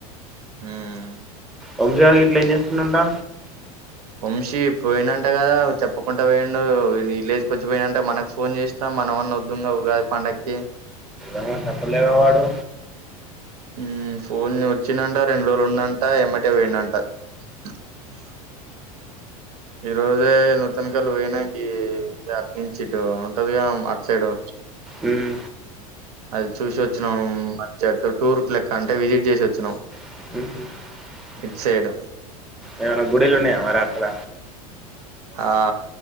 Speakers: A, on the right; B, in the centre.
A: ఉమ్
B: వంశీ గాడు గిట్ల ఏం చేస్తుండంటా
A: వంశీ పోయిండంట కదా చెప్పకుండా పోయిండు విలేజ్ వచ్చి పోయిండంట మనకు ఫోన్ చేసినా మనం ఎవన్నా వద్దన్న ఉగాది పండగకి
B: ఏం చెప్పలేడా వాడు
A: ఉమ్ ఫోన్ వచ్చిందంట రెండు రోజులు ఉన్నాంట ఏమ్మటే పోయిన్నాట <inaudible> ఈ రోజే నూతన కలు పోయినాక అటు నుంచి ఇటు ఉంటదిగా అట్ సైడు
B: ఉమ్
A: అది చూసి వచ్చినం ఆ మంచిగ టూర్ కి లెక్క అంటే విజిట్ చేసి వచ్చినం
B: <inaudible>
A: ఇట్సైడ్
B: ఏమైనా గుడిలు ఉన్నాయా మరి అక్కడ
A: ఆ